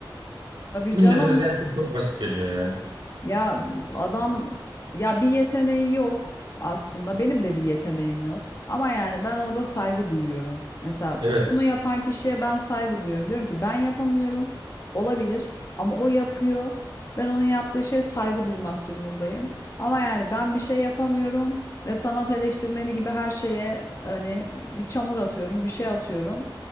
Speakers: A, on the left; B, on the right.
A: Tabii
B: Milletimize
A: canım
B: her şey çok basit geliyor ya.
A: Ya adam ya bir yeteneği yok aslında. Benim de bir yeteneğim yok. Ama yani ben orada saygı duyuyorum. Mesela
B: Evet.
A: bunu yapan kişiye ben saygı duyuyorum. Diyorum ki ben yapamıyorum. Olabilir ama o yapıyor. Ben onun yaptığı şeye saygı duymak durumundayım. Ama yani ben bir şey yapamıyorum ve sanat eleştirmeni gibi her şeye hani bir çamur atıyorum, bir şey atıyorum.